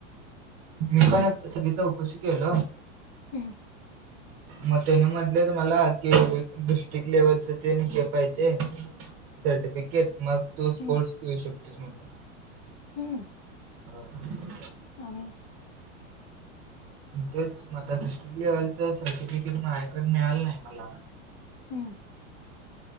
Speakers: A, on the right; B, on the left.
A: मी पण आता सगळी चौकशी केलो.
B: हम्म
A: मग त्याने म्हटले मला कि डिस्ट्रिक्ट लेवलच तेनी के पाहिजे. सर्टिफिकेट, मग तू
B: हम्म
A: स्पोर्ट्स घेऊ शकतोस म्हणून
B: हम्म
A: हा हा
B: आणि,
A: तेच डिस्ट्रिक लेव्हलचा सर्टिफिकेट माझ्याकडं मिळालं नाही मला.
B: हम्म